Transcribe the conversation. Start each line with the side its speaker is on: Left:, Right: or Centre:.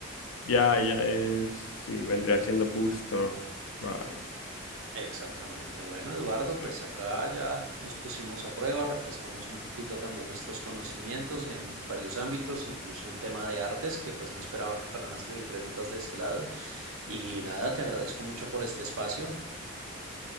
Left: Ya, ya es, sí, vendría siendo booster. Vale,
Right: Exactamente. Bueno, Eduardo, pues
Left: vale.
Right: acá ya nos pusimos a prueba, refrescamos un poquito también nuestros conocimientos en varios ámbitos, incluso en tema de artes, que pues no esperaba que fueran a salir preguntas de ese lado. Y nada, te agradezco mucho por este espacio.